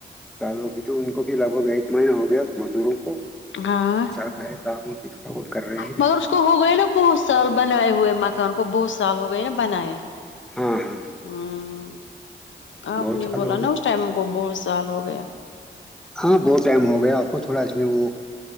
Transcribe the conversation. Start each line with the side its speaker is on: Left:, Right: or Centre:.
Centre: چالو ابھی تو ان کو بھی لگ بھگ ایک مہینہ ہو گیا مزدوروں کو
Left: ہاں
Centre: چل رہا ہے کام وہ بھی تھوڑا بہت کر رہے ہیں
Left: مگر اس کو ہو گئے نا بہت سال بنائے ہوئے مکان کو بہت سال ہو گئے نا بنائے
Centre: ہاں ہاں
Left: ہوں آپ
Centre: بہت
Left: نے
Centre: سال
Left: بولا
Centre: ہو گئے
Left: نا اس ٹائم ہم کو بہت سال ہو گیا
Centre: ہاں بہت ٹائم ہو گیا آپ کو تھوڑا اس میں وہ